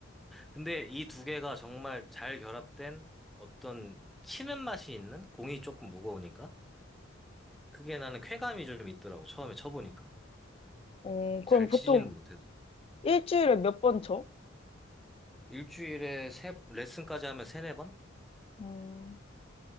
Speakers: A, in the centre; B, on the left (about 30°).
A: 근데 이 두 개가 정말 잘 결합된 어떤 치는 맛이 있는 공이 조금 무거우니까 그게 나는 쾌감이 좀 있더라고. 처음에 쳐보니까.
B: 어, 그럼
A: 잘
B: 보통
A: 치지는 못해도.
B: 일주일에 몇 번 쳐?
A: 일주일에 세, 레슨까지 하면 세네 번?
B: 음,